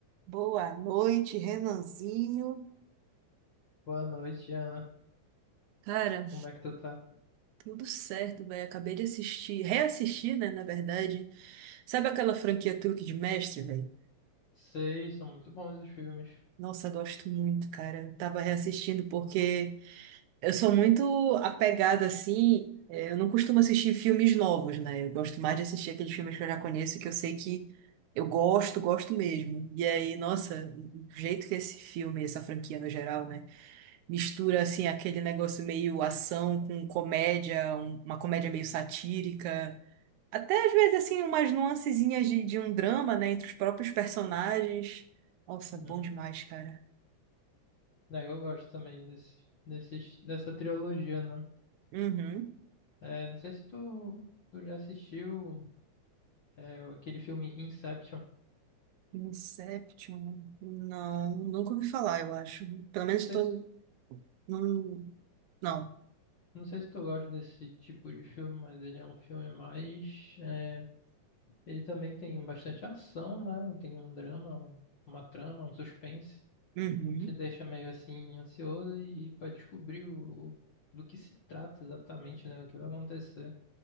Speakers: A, on the right; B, on the left.
A: Boa noite, Renanzinho.
B: Boa noite, Ana.
A: Cara,
B: Como é que tu tá?
A: tudo certo, velho. Acabei de assistir, reassistir, né, na verdade. Sabe aquela franquia Truque de Mestre, velho?
B: Sei, são muito bons os filmes.
A: Nossa, gosto muito, cara. Tava reassistindo porque eu sou muito apegada, assim. é, Eu não costumo assistir filmes novos, né? Eu gosto mais de assistir aqueles filmes que eu já conheço, que eu sei que eu gosto, gosto mesmo. E aí, nossa, o jeito que esse filme, essa franquia no geral, né? mistura assim aquele negócio meio ação com comédia, um- uma comédia meio satírica, até às vezes assim umas nuancezinhas de, de um drama, né, entre os próprios personagens. Nossa,
B: Uhum.
A: bom demais, cara.
B: Daí eu gosto também desse, desses, dessa trilogia, né?
A: Uhum.
B: É, não sei se tu, tu já assistiu é, aquele filme Inception. Não
A: Inception? né? Não, nunca ouvi falar, eu acho. Pelo menos
B: sei
A: tô
B: se,
A: não, não.
B: não sei se tu gosta desse tipo de filme, mas ele é um filme mais... é, ele também tem bastante ação, né? Tem um drama, um- uma trama, um suspense.
A: Uhum.
B: Te deixa meio assim ansioso e, e para descobrir o, o- do que se trata exatamente, né? O que vai acontecer.